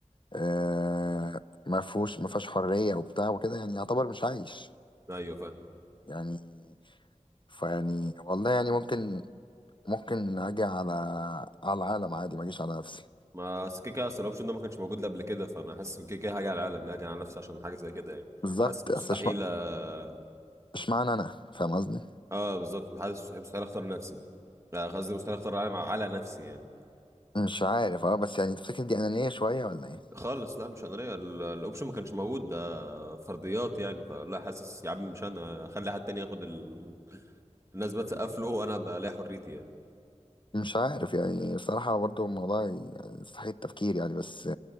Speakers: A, on the left; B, on the right.
A: آه ما فيهوش ما فيهاش حرية وبتاع وكده يعني يعتبر مش عايش
B: ايوه فاهم
A: يعني فيعني والله يعني ممكن ممكن اجي على على العالم عادي ما اجيش على نفسي
B: ما أصل كده كده اصل الاوبشن ده ما كانش موجود قبل كده فانا حاسس إن كده كده هاجي على العالم لا هاجي على نفسي عشان حاجه زي كده يعني
A: بالظبط
B: حاسس مستحيل
A: اصل اشمع-
B: اه
A: اشمعنى انا فاهم قصدي
B: آه، بالظبط حاسس مستحيل اختار نفسي لا قصدي مستحيل اختار العالم على نفسي يعني
A: مش عارف اه بس يعني تفتكر دي انانية شوية ولا ايه
B: خالص لا مش انا الاوبشن ما كانش موجود ده فرضيات يعني فلا حاسس يا عم مش انا اخلي حد تاني ياخد ال... الناس بتسقف له وانا بلاقي حريتي يعني
A: مش عارف يعني الصراحة برضه الموضوع يعني يستحيل التفكير يعني بس